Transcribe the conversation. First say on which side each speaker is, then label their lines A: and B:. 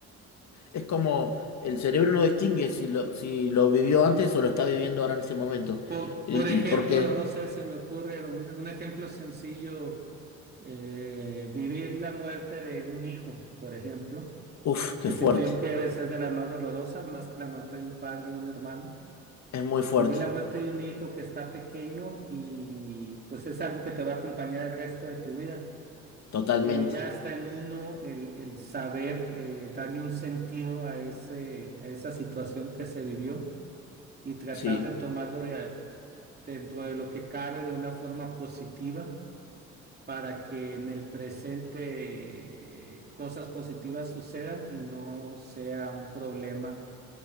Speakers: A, on the left; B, on the right.
A: es como el cerebro no distingue si lo, si lo vivió antes o lo está viviendo ahora en ese momento.
B: Por,
A: El-
B: por ejemplo,
A: el- Porque,
B: no sé, se me ocurre un, un ejemplo sencillo, eh, vivir la muerte de un hijo, por ejemplo,
A: uff, qué
B: que
A: fuerte,
B: siento yo que a veces es de las más dolorosas, más que la muerte de un padre o un hermano.
A: es muy fuerte,
B: Vivir la muerte de un hijo que está pequeño y pues es algo que te va a acompañar el resto de tu vida,
A: totalmente.
B: pero ya está en uno el, el saber eh, darle un sentido a ese, a esa situación que se vivió y tratar
A: Sí,
B: de tomarlo de, dentro de lo que cabe de una forma positiva para que en el presente eh, cosas positivas sucedan y no sea un problema,